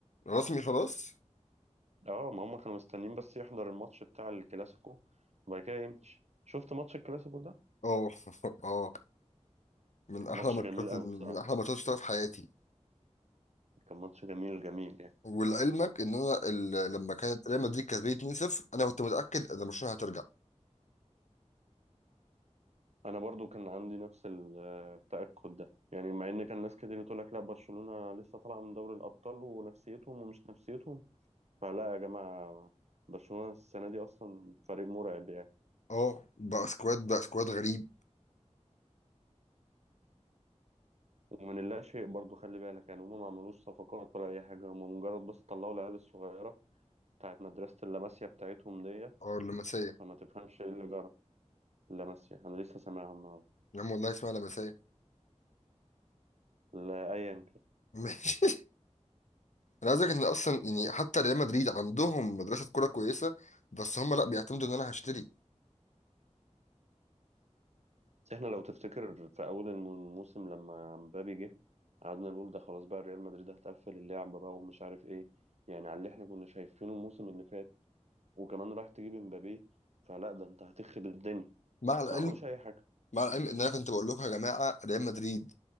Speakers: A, on the left (about 80°); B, on the right (about 65°).
A: رسمي خلاص
B: اه ما هم كانوا مستنيين بس يحضر الماتش بتاع الكلاسيكو وبعد كده يمشي شفت ماتش الكلاسيكو ده
A: اه <laughs> اه من
B: كان
A: احلى
B: ماتش
A: ماتشات
B: جميل قوي
A: من
B: بصراحه
A: احلى ماتشات شفتها في حياتي
B: كان ماتش جميل جميل يعني
A: ولعلمك ان انا ال- لما كانت ريال مدريد كسبانه 2-0 انا كنت متاكد ان برشلونه هترجع
B: انا برضو كان عندي نفس ال- التأكد ده يعني مع ان كان ناس كتير بتقول لك لا برشلونة لسه طالعة من دوري الأبطال ونفسيتهم ومش نفسيتهم فلا يا جماعة برشلونة السنة دي أصلا فريق مرعب يعني
A: اه بقى سكواد بقى سكواد غريب
B: ومن اللا شيء برضو خلي بالك يعني هما ما عملوش صفقات ولا أي حاجة هما مجرد بس طلعوا العيال الصغيرة بتاعت مدرسة اللاماسيا بتاعتهم دي
A: اه لمسيه
B: فما تفهمش إيه اللي جرى اللاماسيا أنا لسه سامعها النهاردة
A: يا عم والله اسمها لمسيه
B: لا أيا
A: <laughs> ماشي انا عايز أقولك ان اصلا يعني حتى ريال مدريد عندهم مدرسه كوره كويسه بس هم لا بيعتمدوا ان انا هشتري
B: احنا لو تفتكر في اول الموسم لما مبابي جه قعدنا نقول ده خلاص بقى ريال مدريد هتقفل اللعبة بقى ومش عارف ايه يعني على اللي احنا كنا شايفينه الموسم اللي فات وكمان رايح تجيب مبابي فلا ده انت هتخرب الدنيا
A: مع العلم
B: ما عملوش اي حاجة
A: مع العلم ان انا كنت بقول لكم يا جماعه ريال مدريد